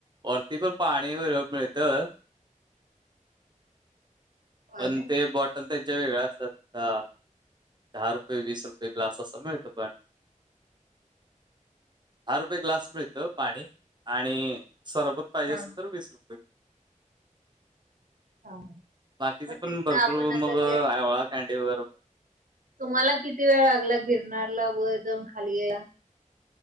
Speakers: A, on the right; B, on the right.
A: वरती पण पाणी वगर मिळतं.
B: होय
A: पण
B: काय
A: ते बॉटल त्याच्या वेगळ्या असतात ह. दहा रुपये वीस रुपये ग्लास असं मिळतं पाणी. दहा रुपये ग्लास मिळत पाणी आणि सरबत पाहिजे
B: हा
A: असेल तर वीस रुपये.
B: हा.
A: बाकीचे
B: मग
A: पण
B: तिथनं
A: भरपूर
B: आपण आता
A: मग <unintelligible>
B: गिर
A: कांडी वगैरे
B: तुम्हाला किती वेळ लागला? गिरनला वर जाऊन खाली यायला?